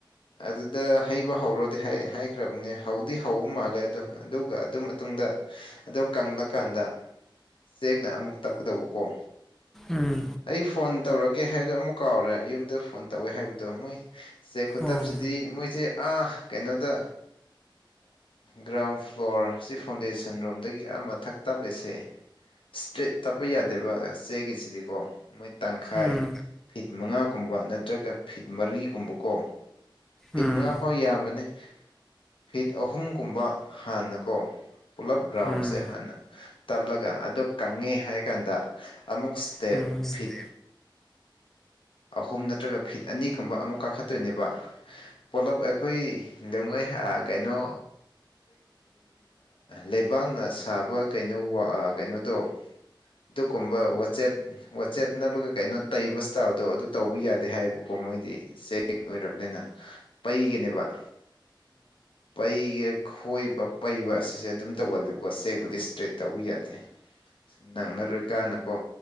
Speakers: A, on the left; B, in the centre.
A: ꯑꯗꯨꯗ ꯍꯩꯕ ꯍꯧꯔꯣꯗꯤ ꯍꯥꯏꯈ꯭ꯔꯕꯅꯦ ꯍꯧꯗꯤ ꯍꯧꯕ ꯃꯥꯜꯂꯦ ꯑꯗꯣ ꯑꯗꯨꯒ ꯑꯗꯨꯝ ꯃꯇꯨꯡ ꯑꯗꯣ ꯀꯪꯂꯀꯥꯟꯗ ꯆꯦꯛꯅ ꯑꯃꯨꯛ ꯇꯞꯀꯗꯧꯕꯀꯣ
B: ꯎꯝ
A: ꯑꯩ ꯐꯣꯟ ꯇꯧꯔꯒꯦ ꯍꯥꯏꯗꯣ ꯑꯃꯨꯛ ꯀꯥꯎꯔꯦ ꯌꯨꯝꯗ ꯐꯣꯟ ꯇꯧꯋꯦ ꯍꯥꯏꯕꯗꯣ ꯃꯣꯏ ꯆꯦ ꯈꯨꯠ ꯇꯕꯁꯤꯗꯤ
B: ꯎꯝ
A: ꯃꯣꯏꯁꯦ ꯑꯥ ꯀꯩꯅꯣꯗ ꯒ꯭ꯔꯥꯎꯟ ꯐ꯭ꯂꯣꯔꯁꯤ ꯐꯥꯎꯟꯗꯦꯁꯟ ꯔꯣꯝꯗꯒꯤ ꯑꯃꯊꯛ ꯇꯞꯂꯤꯁꯦ ꯏꯁꯇ꯭ꯔꯦꯠ ꯇꯞꯄ ꯌꯥꯗꯦꯕ ꯆꯦꯒꯤꯁꯤꯗꯤꯀꯣ ꯃꯣꯏ ꯇꯪꯈꯥꯏ
B: ꯎꯝ
A: ꯐꯤꯠ ꯃꯉꯥ ꯀꯨꯝꯕ ꯅꯠꯇ꯭ꯔꯒ ꯐꯤꯠ ꯃꯔꯤꯒꯨꯝꯕꯀꯣ ꯐꯤꯠ
B: ꯎꯝ ꯎꯝ
A: ꯃꯉꯥ ꯐꯥꯎ ꯌꯥꯝꯕꯅꯦ ꯐꯤꯠ ꯑꯍꯨꯝꯒꯨꯝꯕ ꯍꯥꯟꯅꯀꯣ ꯄꯨꯂꯞ ꯔꯒ꯭ꯔꯥꯎꯟꯁꯦ
B: ꯎꯝ
A: ꯍꯥꯟꯅ ꯇꯞꯂꯒ ꯑ ꯀꯪꯉꯦ ꯍꯥꯏ ꯀꯥꯟꯗ ꯑꯃꯨꯛ ꯁ꯭ꯇꯦꯞ
B: ꯑꯃꯨꯛ
A: ꯐꯤꯠ ꯑꯍꯨꯝ ꯅꯠꯇ꯭ꯔꯒ ꯐꯤꯠ ꯑꯅꯤꯒꯨꯝꯕ ꯑꯃꯨꯛ ꯀꯥꯈꯠꯇꯣꯏꯅꯦꯕ ꯄꯣꯂꯞ ꯑꯩꯈꯣꯏ ꯑꯗꯨ ꯃꯣꯏ ꯀꯩꯅꯣ ꯂꯩꯕꯥꯛꯅ ꯁꯥꯕ ꯀꯩꯅꯣ ꯀꯩꯅꯣꯗꯣ ꯑꯗꯨꯒꯨꯝꯕ ꯋꯥꯆꯦꯞ ꯋꯥꯆꯦꯞꯅꯕꯒ ꯀꯩꯅꯣ ꯇꯩꯕ ꯁ꯭ꯇꯥꯞꯗꯣ ꯑꯗꯨ ꯇꯧꯕ ꯌꯥꯗꯦ ꯍꯥꯏꯌꯦꯕꯀꯣ ꯃꯣꯏꯗꯤ ꯆꯦꯛ ꯑꯣꯏꯔꯕꯅꯤꯅ ꯄꯩꯒꯅꯦꯕ ꯄꯩꯒ ꯀꯔ ꯈꯣꯏꯕ ꯄꯩꯕ ꯑꯁꯤꯁꯦ ꯑꯗꯨꯝ ꯇꯧꯒꯜꯂꯦꯕꯀꯣ ꯆꯦꯛꯕꯨꯗꯤ ꯏꯁꯇ꯭ꯔꯦꯠ ꯇꯧꯕ ꯌꯥꯗꯦ ꯅꯪꯅꯔꯣꯏ ꯀꯥꯟꯅꯀꯣ